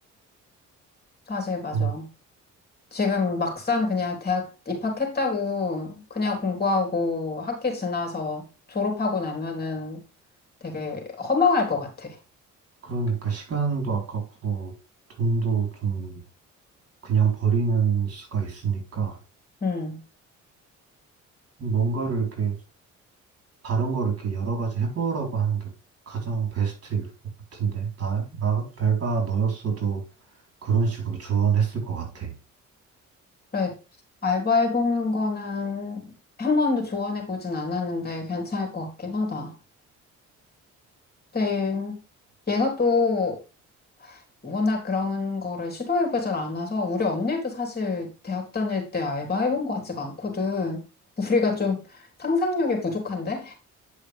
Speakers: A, on the left (about 30°); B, on the right (about 50°).
A: 사실, 맞아.
B: 좀
A: 지금 막상 그냥 대학 입학했다고 그냥 공부하고 학기 지나서 졸업하고 나면은 되게 허망할 것 같아.
B: 그러니까 시간도 아깝고 돈도 좀 그냥 버리는 수가 있으니까
A: 음,
B: 뭔가를 이렇게 다른 걸 이렇게 여러 가지 해보라고 하는 게 가장 베스트일 것 같은데 나, 나, 내가 너였어도 그런 식으로 조언했을 것 같아.
A: 그래, 알바해보는 거는 한 번도 조언해보진 않았는데 괜찮을 것 같긴 하다. 근데 얘가 또 워낙 그런 거를 시도해보질 않아서 우리 언니도 사실 대학 다닐 때 알바해본 것 같지가 않거든. <laughs> 우리가 좀 상상력이 부족한데?